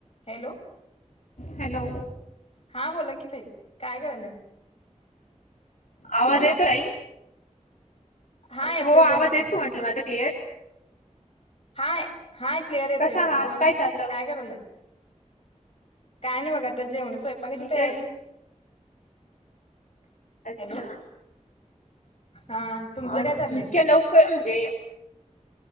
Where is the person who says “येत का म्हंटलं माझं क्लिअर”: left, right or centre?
Left